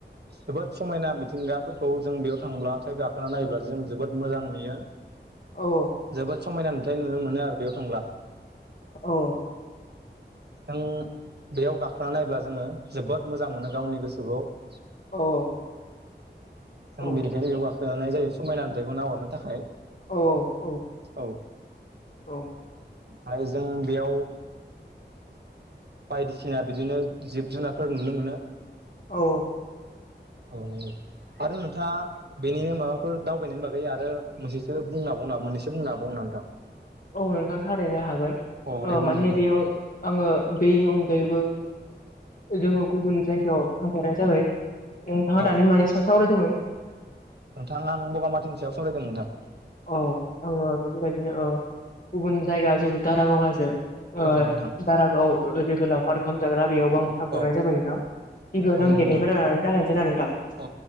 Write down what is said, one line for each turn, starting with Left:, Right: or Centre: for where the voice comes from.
Right: जोबोद समायना मिथिंगाफोरखौ जों बेयाव थांब्ला थाय गाखोनानै नायोब्ला सो जों जोबोद मोजां नुयो।
Left: औव ।
Right: जोबोद समायना नुथाय नुनो मोनो आरो बेयाव थांब्ला ।
Left: औव ।
Right: जोंङ बेयाव गाखोना नायब्ला जोंङो जोबोद मोजां मोनो गावनि गोसोखौव ।
Left: औ औ।
Right: जों
Left: औ
Right: बेनिखायनो बेयाव गाखोनाय जायो समायना नुथाइखौ नाहरनो थाखाय
Left: औ औ।
Right: औ।
Left: औ
Right: ओमफ्राय जों बेयाव बायदिसिना बिदिनो जिब जुनारफोर नुनो मोनो
Left: औ
Right: औ आरो नोंथाङा बेनिनो माबाफोर दावबायनायनि बागै आरो मोनसेसो बुंना हाबावगोना मोननैसो बुंना बावना नोंथां।
Left: औ नोंथां थारैनो हागोन
Right: औ दे बुंनो
Left: माने
Right: नोंथां
Left: बेयाव आङो बेनि अनगायैबो जोङो गुबुन जायगायाव थांफेरा जाबाय नोंथाङा
Right: औ
Left: दानि मानि सायाव सावरायदोंमोन
Right: नोंथां आं बगामातिनि सायाव सावरायदों नोंथां।
Left: औ आङो बेफोरबायदिनो ओ गुबुन जायगा जेरु दारागाव हाजो
Right: औ
Left: ओ
Right: नोंथां
Left: दारागाव ओ जेथु लावखार ओंखाम जाग्रा बेयावबो आं थांफेरनाय
Right: औ
Left: जाबाय नोंथां गिबियावनो
Right: औ नंगौ
Left: आं
Right: नोंथां
Left: गेटनिफ्राय जागायसै ना नोंथां।
Right: औ